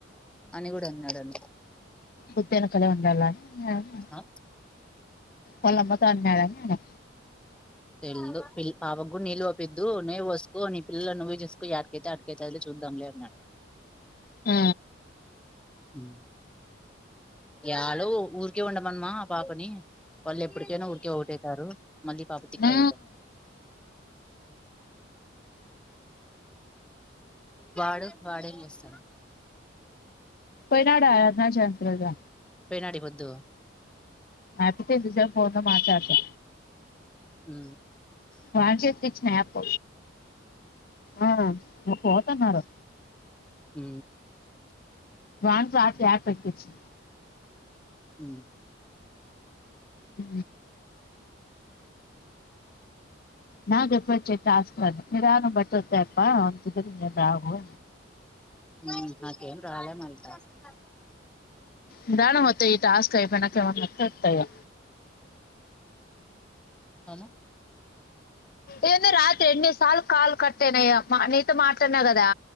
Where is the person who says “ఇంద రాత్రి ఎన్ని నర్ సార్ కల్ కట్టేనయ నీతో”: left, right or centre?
Left